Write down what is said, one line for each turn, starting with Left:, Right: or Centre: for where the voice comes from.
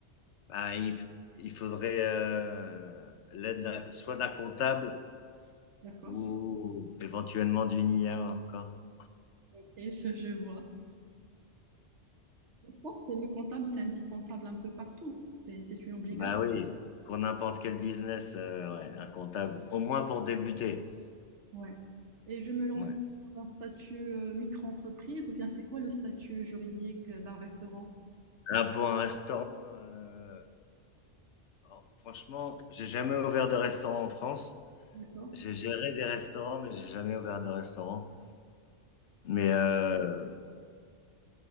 Left: Ben, il, f- il faudrait euh, l'aide d'un- soit d'un comptable
Right: D'accord.
Left: ou éventuellement d'une IA encore.
Right: Ok, <laughs> je, je vois. Je pense que le comptable, c'est indispensable un peu partout. C'est, c'est une obligation.
Left: Bah oui, pour n'importe quel business, euh, ouais, un comptable, au moins pour débuter.
Right: Ouais. Et je me lance
Left: Ouais.
Right: dans un statut euh, micro-entreprise ou bien c'est quoi le statut juridique euh, d'un restaurant?
Left: Là, pour un restaurant, euh, alors, franchement, j'ai jamais ouvert de restaurant en France.
Right: D'accord.
Left: J'ai géré des restaurants, mais j'ai jamais ouvert de restaurant. Mais euh,